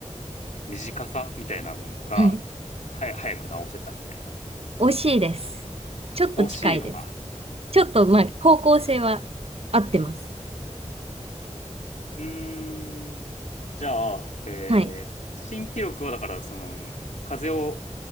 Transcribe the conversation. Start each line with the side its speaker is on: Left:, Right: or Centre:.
Left: 短さみたいなのが、
Right: はい。
Left: はや、早く治せたみたいな。
Right: 惜しいです。ちょっと近いです。
Left: 惜しいのか。
Right: ちょっと、まあ、方向性は合ってます。
Left: うーん。じゃあ、えー新記録はだから、
Right: はい。
Left: その、風邪を